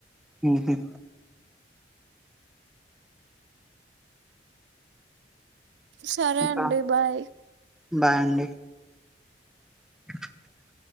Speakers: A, in the centre; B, on the right (about 75°).
A: ఉహు
B: సరే
A: ఇంకా
B: అండి బాయ్
A: బాయ్ అండి ఆ